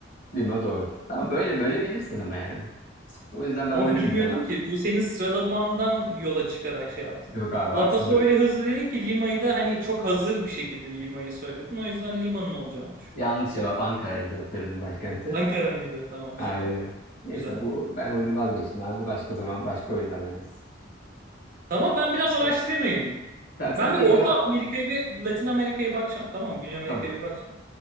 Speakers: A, on the left; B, on the right.
A: Lima doğru. Tamam böyle böyle bilirsin ama yani. O yüzden ben
B: Ama
A: oynamayacağım
B: bilmiyordum
A: ha.
B: ki. Bu senin sıralamandan yola çıkarak şey yaptım.
A: Yok abi haksızlık.
B: La Paso öyle hızlı dedin ki Lima'yı da hani çok hazır bir şekilde Lima'yı söyledin. O yüzden Lima'nın olacağını düşündüm.
A: Yanlış cevap Ankara'ydı Peru'nun başkenti.
B: Ankara mıydı? Tamam
A: Aynen.
B: süper.
A: Neyse
B: Güzel.
A: bu ben oyunu vazgeçtim abi. Başka zaman başka oyunlar oynarız.
B: Tamam ben biraz araştırayım
A: Tamam.
B: da
A: Sen, sen
B: Ben bir
A: bir
B: Orta
A: coğra-
B: Amerika'ya ve Latin Amerika'ya bakacağım. Tamam mı? Güney Amerika'ya
A: Tamam.
B: bir bakacağım.